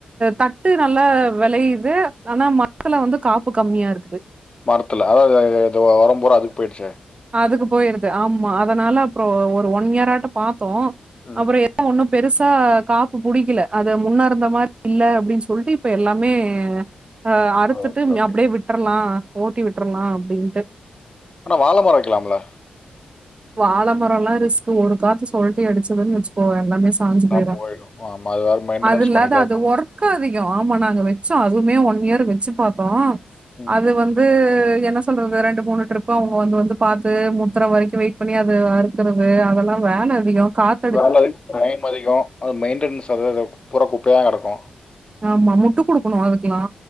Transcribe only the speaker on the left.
மரத்துல அதான் இது இது ஒரம் புரா அதுக்கு போயிடுது
ம்
ஓகே ஓகே
ஆனா வாழை மரம் வைக்கலாம்ல
நான்
போயிடும் ஆமாம் அது வேறு மெயின்டெனன்ஸ்
பண்ணிகிட்டே இருக்கணும்
ம்
வேலை டைம் அதிகோ அ மெயின்டன்ஸ் அத இத குபுற குப்பயாகடக்கு